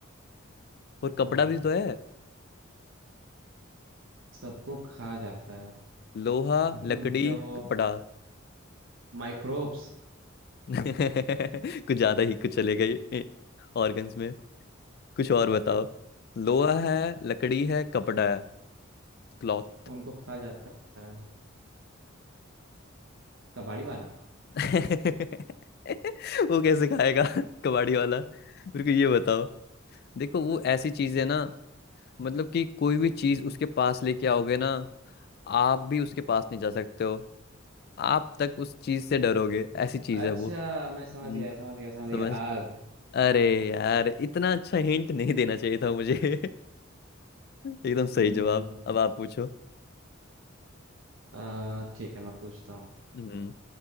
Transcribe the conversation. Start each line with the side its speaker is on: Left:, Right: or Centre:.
Left: और
Right: आ,
Left: कपड़ा भी तो है
Right: सबको खा जाता है
Left: लोहा
Right: <laughs>
Left: लकड़ी
Right: क्या वो
Left: कपड़ा
Right: माइक्रोब्स
Left: <laughs> कुछ ज्यादा ही कुछ चले गए ऑर्गन्स में कुछ और बताओ लोहा है लकड़ी है कपड़ा है क्लॉथ
Right: उनको खा जाता है कबाड़ी वाला
Left: <laughs> वो कैसे खाएगा <laughs> कबाड़ी वाला मेरे को ये बताओ देखो वो ऐसी चीज है ना मतलब कि कोई भी चीज उसके पास लेके आओगे ना आप भी उसके पास नहीं जा सकते हो आप तक उस चीज से डरोगे ऐसी चीज
Right: अच्छा
Left: है वो
Right: मैं समझ
Left: हम्म,
Right: गया समझ गया समझ गया
Left: समझ
Right: आग
Left: अरे यार इतना अच्छा हिंट नहीं देना चाहिए था मुझे <laughs> एकदम सही
Right: हम्म,
Left: जवाब अब आप पूछो
Right: आ, ठीक है मैं पूछता हूँ
Left: हम्म